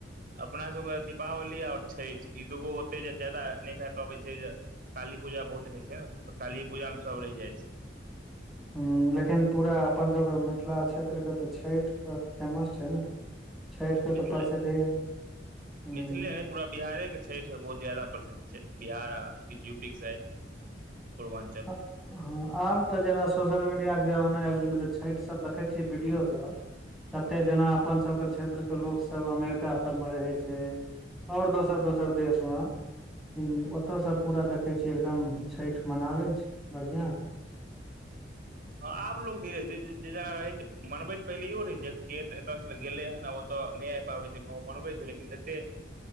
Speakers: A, on the right; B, in the centre.
A: अपना सभके दीपावली आओर छठि ई दूगो ओते जे ज्यादा नहि भाय पाबै छै जे काली पूजा बहुत रहै छै ने त कालीे पूजा मे सब रहि जाइ छै
B: ह लेकिन पूरा अपनसभ के मिथिला क्षेत्रके त छठि ब फेमस छै ने छठि के
A: मिथिले
B: त प्रसिद्धि हूँ
A: मिथिले नहि पूरा बिहारे के छठि बहुत ज्यादा प्रसिद्ध छै बिहार आ किछ यूपी के साइड पूर्वांचल
B: हँ। आब तऽ जेना सोशल मीडिय के जमाना आबि गेलै तऽ छठि सब देखै छियै वीडियो सब कतेक जेना अपन सभके क्षेत्रके लोकसभ अमेरिका सभमे रहै छै आओर दोसर दोसर देश मे ओतयसँ पूरा देखै छियै एकदम छठि मनाबै छै बढ़िआँसँ
A: हँ आब लोग धीरे धीरे जे जैना रहे छै मनबैत पहिलेयो रहै छै जे एत सऽ तऽ गेले ह तऽ नहि आ पाबै छै गाँओ पनबै छै लेकिन एतेक